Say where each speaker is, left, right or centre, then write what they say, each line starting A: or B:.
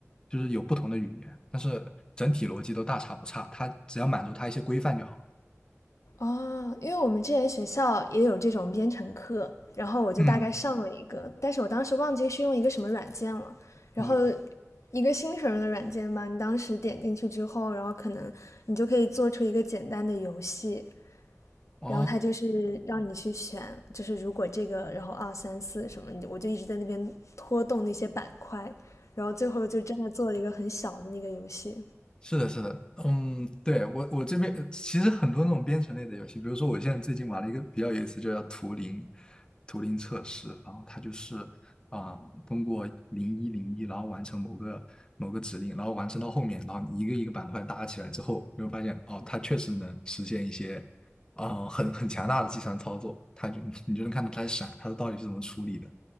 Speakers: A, on the left (about 15°); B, on the left (about 80°).
A: 就是有不同的语言，但是整体逻辑都大差不差，它只要满足它一些规范就好。
B: 哦，因为我们之前学校也有这种编程课，然后我就大概上了一个，
A: 嗯
B: 但是我当时忘记是用一个什么软件了，然后
A: 嗯，
B: 一个新手用的软件吧，你当时点进去之后，然后可能你就可以做出一个简单的游戏，
A: 哦。
B: 然后它就是让你去选，就是如果这个，然后二三四什么，你就我就一直在那边拖动那些板块，然后最后就真的做了一个很小的那个游戏。
A: 是的，是的，嗯，对，我我这边呃其实很多那种编程类的游戏，比如说我现在最近玩了一个比较有意思，就叫图灵图灵测试，然后它就是啊、呃通过零一零一，然后完成某个某个指令，然后完成到后面，然后你一个一个板块搭起来之后，你会发现哦，它确实能实现一些啊、呃很很强大的计算操作，它就你就能看到它闪，它到底是怎么处理的，